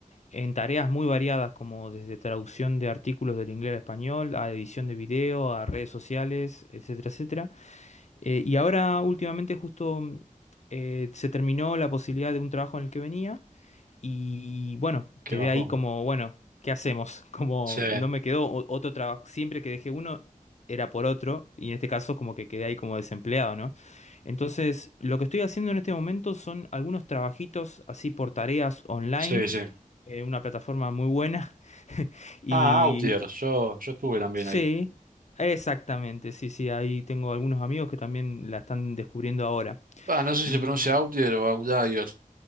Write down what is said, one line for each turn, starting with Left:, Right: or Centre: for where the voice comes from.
Left: en tareas muy variadas como desde traducción de artículos del inglés al español, a edición de video, a redes sociales, etcétera, etcétera. Eh, y ahora últimamente justo mm, eh, se terminó la posibilidad de un trabajo en el que venía y bueno,
Right: qué
Left: quedé
Right: bajón.
Left: ahí como, bueno, ¿qué hacemos? <laughs> Como
Right: Sí,
Left: no me quedó o- otro trabajo, siempre que dejé uno era por otro y en este caso como que quedé ahí como desempleado, ¿no? Entonces, lo que estoy haciendo en este momento son algunos trabajitos así por tareas online
Right: sí, sí.
Left: eh, una plataforma muy buena. <laughs> Y
Right: Ah, Outlier, yo, yo estuve también
Left: sí,
Right: ahí.
Left: exactamente, sí, sí, ahí tengo algunos amigos que también la están descubriendo ahora.
Right: Ah, no sé
Left: Y
Right: si se pronuncia Outlier o Outlier.